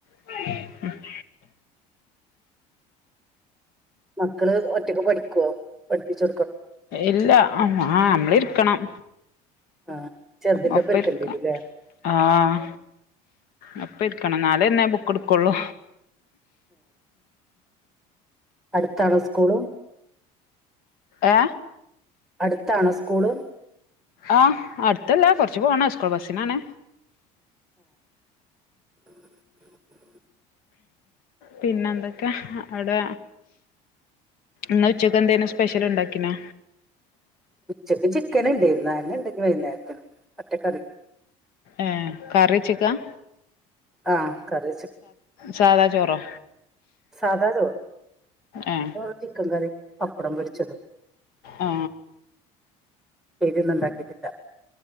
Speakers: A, on the left; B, in the centre.
A: <inaudible>
B: മക്കളെ ഒറ്റക്ക് പഠിക്കുവാ പഠിപ്പിച്ച്
A: ഇല്ല ആ നമ്മൽ ഇരിക്കണം.
B: ആ ചെറുതിന്റെ
A: ഒപ്പൊരിക്ക
B: ഒപ്പം എടുക്കേണ്ടി വരും അല്ലേ
A: ആഹ് ഇ ഇരിക്കണം നാലെ എന്നെ ബുക്ക് എടുക്കള്ളു.
B: അടുത്തണോ സ്കൂളും?
A: ഏ
B: അടുത്താണോ സ്കൂള്?
A: ആഹ് അടുത്തല്ലാ കൊറച്ച് പോണം സ്കൂൾ ബസിനാണ്
B: <unintelligible> ഈ
A: പിന്നെ എന്തൊക്കെ അവിടെ. എന്നാ ഉച്ചക്ക് എന്തേനും സ്പെഷ്യൽ ഉണ്ടാക്കിനാ
B: ഉച്ചക്ക് ചിക്കൻ ഉണ്ടായിരുന്നു. ഉണ്ടെങ്കി വൈകുന്നേരത്തിനോ ഒറ്റ കറി
A: ഏ കറി ചിക്കൻ
B: ആ കറി
A: സാദാ ചോറോ?
B: സാധ ചോറ്
A: ഏ
B: ചോറ്ചിക്കൻ കറി അപ്പടം പൊരിച്ചത്
A: ആ
B: ഉപ്പേരിയൊന്നും ഉണ്ടാക്കിട്ടില്ല